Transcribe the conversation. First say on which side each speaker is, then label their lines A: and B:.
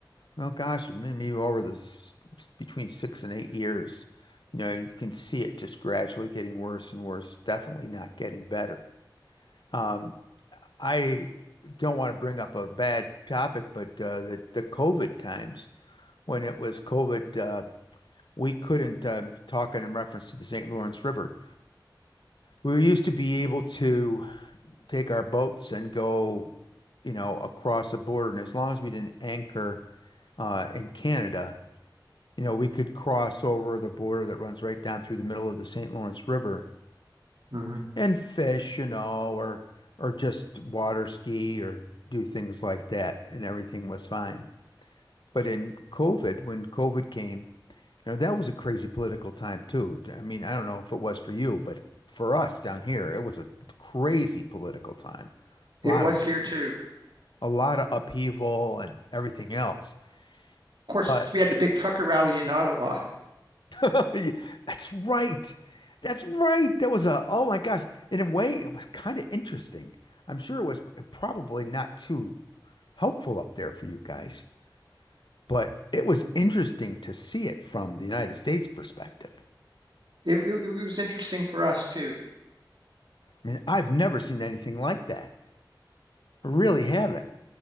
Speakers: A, on the left; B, on the right.
A: well, gosh, maybe over the s- s- between six and eight years, you know, you can see it just gradually getting worse and worse, definitely not getting better. Um, I don't want to bring up a bad topic, but uh, the, the COVID times when it was COVID, uh, we couldn't um, talk in reference to the St. Lawrence River. We used to be able to take our boats and go, you know, across the border. And as long as we didn't anchor uh, in Canada, you know, we could cross over the border that runs right down through the middle of the St. Lawrence River
B: Mhm.
A: and fish, you know, or or just water ski or do things like that, and everything was fine. But in COVID, when COVID came, you know, that was a crazy political time too. I mean, I don't know if it was for you, but for us down here, it was a crazy political time.
B: It
A: a lot
B: was
A: of
B: here too.
A: a lot of upheaval and everything else.
B: Of course,
A: But
B: we had the big trucker rally in Ottawa.
A: <laughs> that's right. That's right. That was a oh my gosh. In a way, it was kind of interesting. I'm sure it was probably not too helpful up there for you guys, but it was interesting to see it from the United States perspective.
B: It, it, it was interesting for us too.
A: I mean, I've never seen anything like that. I really haven't.